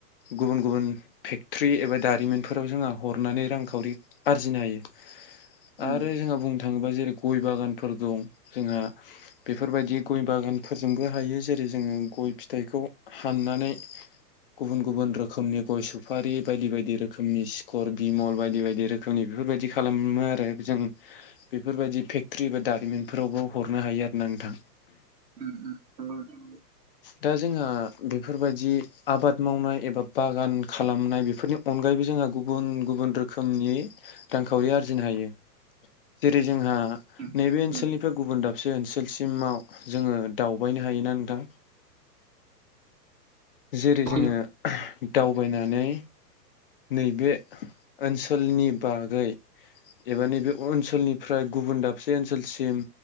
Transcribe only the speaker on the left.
गुबुन गुबुन फेक्टर्रि एबा दारिमिनफोराव जोंहा हरनानै रांखावरि आरजिनो हायो
आरो जोंहा बुंनो थाङोबा जेरै गय बागानफोर दं जोंहा बेफोरबायदि गय बागानफोरजोंबो हायो जेरै जोङो गय फिथाइखौ हाननानै गुबुन गुबुन रोखोम रोखोमनि गय सुफारि बायदि बायदि रोखोमनि सिखर बिमल बायदि बायदि रोखोमनि बेफोरबायदि खालामो आरो जों बेफोरबायदि फेक्टरि एबा दारिमिनफोरावबो हरनो हायो आरो ना नोंथां
दा जोंहा बेफोरबायदि आबाद मावनाय एबा बागान खालामनाय बेफोरनि अनगायैबो जोंहा गुबुन गुबुन रोखोमनि रांखावरि आरजिनो हायो जेरै जोंहा
नैबे ओनसोलनिफ्राय
गुबुन दाबसे से ओनसोलसिमाव जोङो दावबायनो हायोना नोंथां जेरै
जोङो दावबायनानै नैबे ओनसोलनि बागै एबा नैबे ओनसोलनिफ्राय गुबुन दाबसे ओनसोलसिम